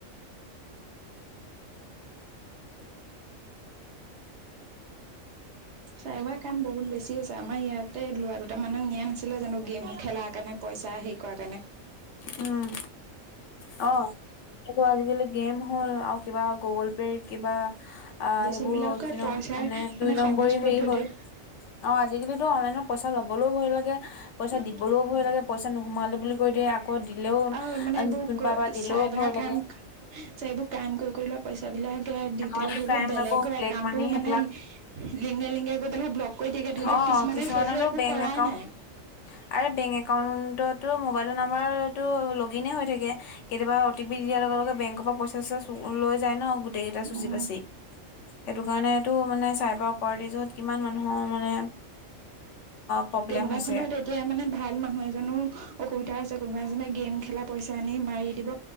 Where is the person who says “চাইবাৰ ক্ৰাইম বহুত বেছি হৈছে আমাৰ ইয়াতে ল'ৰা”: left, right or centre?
Right